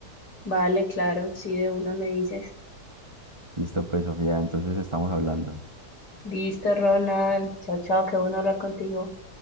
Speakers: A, on the left (about 85°); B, on the right (about 15°).
A: Vale, claro, sí, de una me dices.
B: Listo, pues Sofía, entonces estamos hablando.
A: Listo, Ronald. Chao, chao, qué bueno hablar contigo.